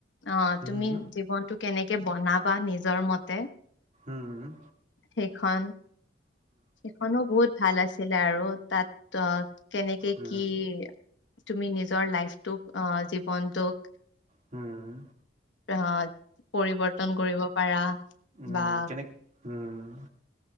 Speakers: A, on the left (about 65°); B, on the right (about 40°).
A: অ'
B: উম,
A: তুমি জীৱনতটো কেনেকে বনাবা। বা নিজৰ মতে
B: উম, ঈ।
A: সেইখন সেইখনো বহুত ভাল আছিলে আৰু তাত কেনেকে
B: উম,
A: কি তুমি নিজৰ লাইফটোক অহ জীৱনটোক
B: হম।
A: আহ পৰিৱৰ্তন কৰিব পাৰা
B: উম,
A: বা
B: কেনে উম,